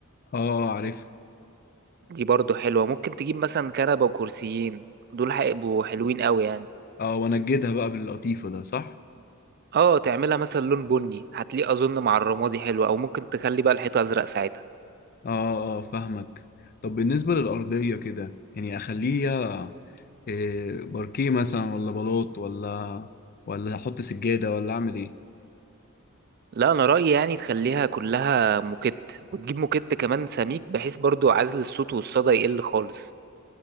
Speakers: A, on the left; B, on the right.
A: اه عارف
B: دي برضو حلوة ممكن تجيب مثلا كنبة وكرسيين دول هيبقوا حلوين قوي يعني
A: اه وانجدها بقى باللطيفة ده صح
B: اه تعملها مثلا لون بني هتليق اظن مع الرمادي حلو او ممكن تخلي بقى الحيطة ازرق ساعتها
A: اه اه فاهمك طب بالنسبة للأرضية كده يعني اخليها إيه باركيه مثلا ولا بلاط ولا ولا احط سجادة ولا اعمل ايه
B: لا انا رأيي يعني تخليها كلها موكيت وتجيب موكيت كمان سميك بحيث برضو عزل الصوت والصدى يقل خالص